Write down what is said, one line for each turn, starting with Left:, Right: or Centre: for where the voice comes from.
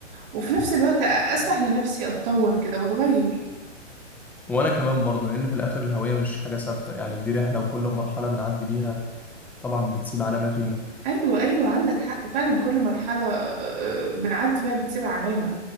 Right: وفي نفس الوقت أسمح لنفسي أتطور كده وأتغير
Centre: وانا كمان برضو لان في الاخر الهوية مش حاجة ثابتة يعني دي رحلة وكل مرحلة بنعدي بيها طبعا بتسيب علامة فينا
Right: ايوه ايوه عندك حق فعلا كل مرحله آه، بنعدي بيها بتسيب علامه